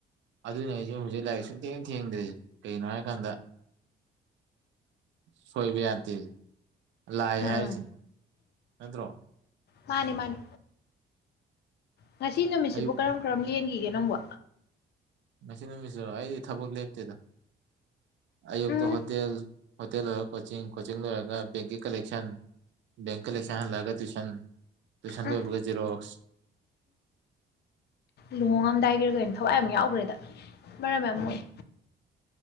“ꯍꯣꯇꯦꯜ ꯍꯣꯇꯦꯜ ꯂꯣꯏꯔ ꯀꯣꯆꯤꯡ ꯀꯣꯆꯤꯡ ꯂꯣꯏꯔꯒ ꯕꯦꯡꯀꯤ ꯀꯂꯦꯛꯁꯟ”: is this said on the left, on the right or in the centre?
Right